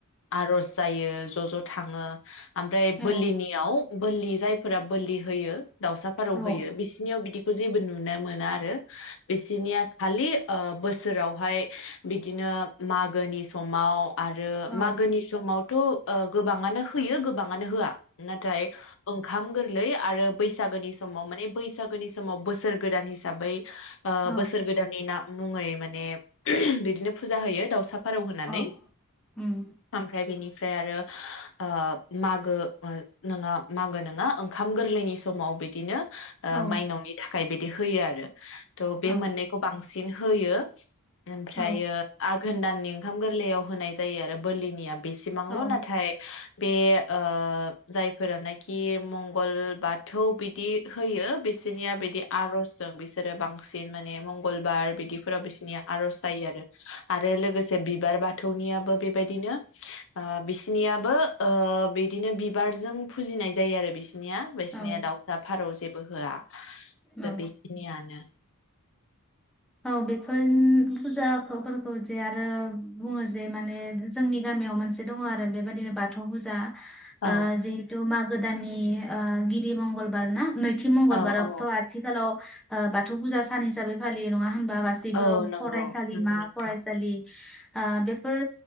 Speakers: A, on the left; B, in the centre.
A: आर'ज जायो ज' ज' आमफा बोलिनियाव
B: औ
A: बोलि जायफोरा बोलि होयो। दाउसा फारौ
B: औ
A: होयो बिसिनियाव बिदि जेबो नु नो मोना आरो बिसिनिया खालि ओ बोसोरावहाय बिदिनो मागोनि समाव आरो
B: औ
A: मागोनि समावथ' ओ गोबाङानो होयो गोबाङानो होआ। नाथाय ओंखाम गोरलै आरो बैसागोनि समाव माने बैसागो गोनि समाव बोसोर गोदान हिसाबै ओ
B: औ
A: बोसोर गोदाननि ना मुङै माने बिदिनो फुजा होयो दाउसा फारौ होनानै
B: औ उम
A: ओमफ्राय बेनि ओमफ्राय आरो ओ मागो मो नोङा मागो नङा ओंखाम गोरलैनि समाव बिदिनो ओ
B: औ
A: माइनावनि थाखाय बि दि होयो आरो। थ' बे
B: औ
A: मोननैखौ बांसिन बिदिनो होयो। ओमफ्रायो
B: औ
A: आघोन दाननि ओंखाम गोरलैयाव होनाय जायो आरो बोलिनिया बेसिबांल'
B: औ
A: नाथाय बे ओ। जायफोरनाखि मंगल बाथौ बिदि होयो। बिसोरनिया बिदि आर'जजों बिसो सोरो बांसिन माने मंगलबार बिदि फोराव बिसोरनिया आर'ज जायो आरो। आरो लोगोसे बिबार बा थौनियाबो बेबायदिनो ओ बिसिनियाबो ओ बिदिनो बि बारजों फुजिनाय जायो आरो बि बिसिनिया बिसिनिया
B: औ
A: दावसा फारौ जे बो होआ। सो
B: औ
A: बेखिनियानो।
B: औ बेफोर फुजाफोरखौ जे आरो बुङो जे माने जोंनि गामियाव मोनसे दङ आरो बेबादिनो बाथौ फुजा।
A: औ
B: ओ जिहेथु मा गोदाननि ओ गिबि मंगलबार ना? नैथि मंगलबारावबोथ'
A: औ औ
B: आथिखालाव ओ बाथौ फुजा सान हिसाबै फालि यो नङा होनबा बा गासैबो
A: औ नंगौ
B: फरायसालिमा
A: नंगौ नोंथां
B: फरायसालि ओ बेफोर